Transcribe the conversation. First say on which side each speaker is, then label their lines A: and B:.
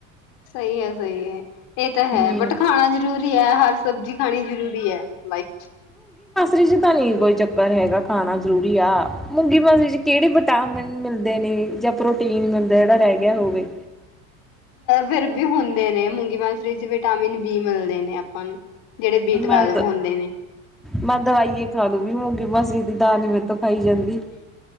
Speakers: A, on the left; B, in the centre.
A: ਸਹੀ ਹੈ-ਸਹੀ ਹੈ ਇਹ ਤਾਂ
B: ਹੂੰ।
A: ਹੈ ਬਟ ਖਾਣਾ ਜ਼ਰੂਰੀ ਹੈ ਹਰ ਸਬਜ਼ੀ ਖਾਣੀ ਜ਼ਰੂਰੀ ਹੈ ਲਾਈਫ ਚ
B: ਰੀ ਚ ਤਾਂ ਨਹੀਂ ਕੋਈ ਚੱਕਰ ਹੈਗਾ ਖਾਣਾ ਜ਼ਰੂਰੀ ਆ ਮਗੀ ਮਸਰੀ ਚ ਕਿਹੜੇ ਵਿਟਾਮਿਨ ਮਿਲਦੇ ਨੇ ਜਾਂ ਪ੍ਰੋਟੀਨ ਮਿਲਦਾ ਜਿਹੜਾ ਰਹਿ ਗਿਆ ਹੋਵੇ
A: ਫਿਰ ਵੀ ਹੁੰਦੇ ਨੇ ਮੂੰਗੀ ਮਾਸਰੀ ਚ ਵਿਟਾਮਿਨ ਬੀ ਮਿਲਦੇ ਨੇ ਆਪਾਂ ਨੂੰ ਜਿਹੜੇ ਬੀ ਟਵੈਲਵ
B: ਮੈਂ
A: ਹੁੰਦੇ ਨੇ
B: ਮੈਂ ਦਵਾਈਏ ਖਾ ਲੂ ਵੀ ਮੂੰਗੀ ਮਸਰੀ ਦੀ ਦਾਲ ਨੂੰ ਮੇਰੇ ਤੋਂ ਖਾਈ ਜਾਂਦੀ